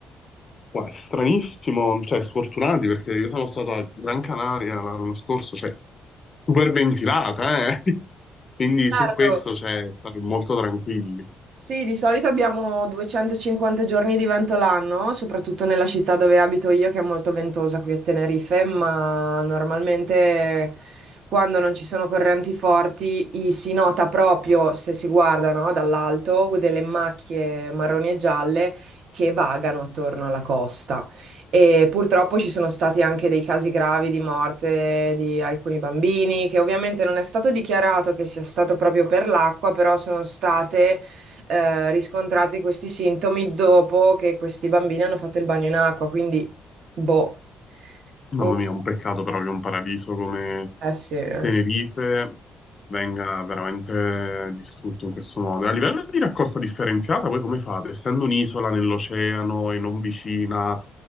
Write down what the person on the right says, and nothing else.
Certo,
Sì, di solito abbiamo 250 giorni di vento l'anno, soprattutto nella città dove abito io, che è molto ventosa qui a Tenerife, ma normalmente quando non ci sono correnti forti i- si nota proprio, se si guarda, no, dall'alto, delle macchie marroni e gialle che vagano attorno alla costa. E purtroppo ci sono stati anche dei casi gravi di morte di alcuni bambini, che ovviamente non è stato dichiarato che sia stato proprio per l'acqua, però sono state eh, riscontrati questi sintomi dopo che questi bambini hanno fatto il bagno in acqua, quindi boh.
Un po'.
Eh sì, eh
sì.